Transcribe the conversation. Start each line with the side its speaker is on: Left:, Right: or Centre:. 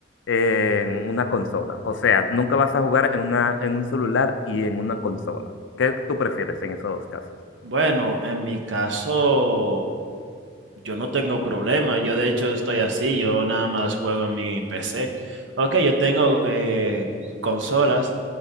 Left: en una consola? O sea, nunca vas a jugar en una, en un celular y en una consola. ¿Qué tú prefieres en esos dos casos?
Right: Bueno, en mi caso, yo no tengo problema. Yo de hecho estoy así. Yo nada más juego en mi PC. Ok, yo tengo eh, consolas